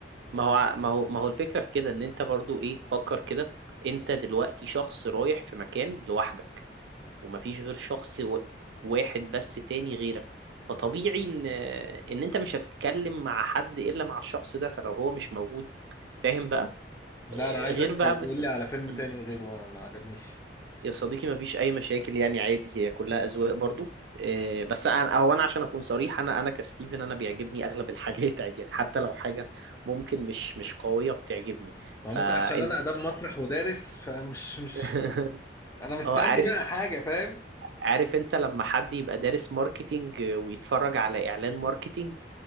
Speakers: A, on the right (about 70°); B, on the left (about 15°).
A: ما هو ما هو ما هو الفكرة في كده إن أنت برضو إيه فكر كده أنت دلوقتي شخص رايح في مكان لوحدك ومفيش غير شخص و- واحد بس تاني غيرك فطبيعي ان ان انت مش هتتكلم مع حد الا مع الشخص ده فلو هو مش موجود فاهم بقى
B: لا
A: إيه،
B: انا عايزك
A: غير بقى مثلا
B: تقول لي على فيلم
A: مم.
B: تاني غيره انا ما عجبنيش
A: يا صديقي مفيش اي مشاكل يعني عادي هي كلها اذواق برضو إيه، بس انا هو انا عشان اكون صريح انا انا كستيفن انا بيعجبني اغلب الحاجات عادي يعني حتى لو حاجه ممكن مش مش قويه بتعجبني
B: ما
A: فانت
B: ممكن عشان انا اداب مسرح ودارس فمش مش
A: <laughs>
B: انا مستني
A: اه عارف
B: بقى حاجة فاهم
A: عارف انت لما حد يبقى دارس ماركتينج ويتفرج على اعلان ماركتينج